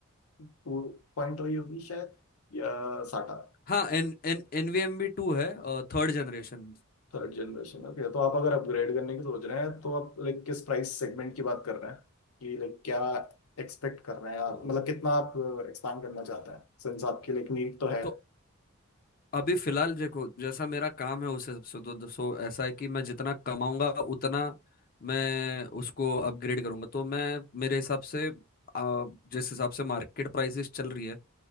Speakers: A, on the left (about 80°); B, on the left (about 40°).
A: टू पॉइंट रही होगी शायद या साटा
B: हाँ एन एन एनवीएमबी टू है थर्ड जनरेशन
A: Third generation okay तो आप अगर अपग्रेड करने की सोच रहे हैं तो आप लाइक किस प्राइस सेगमेंट की बात कर रहे हैं कि लाइक क्या एक्सपेक्ट कर रहे हैं आप
B: तो
A: मतलब कितना आप एक्सपांड करना चाहते हैं सिंस आपकी लाइक नीड तो है
B: तो अभी फिलहाल देखो जैसा मेरा काम है उस हिसाब से तो तो- सो ऐसा है कि मैं जितना कमाऊंगा उतना मैं उसको अपग्रेड करूंगा तो मैं मेरे हिसाब से अ, जिस हिसाब से मार्केट प्राइसेस चल रही है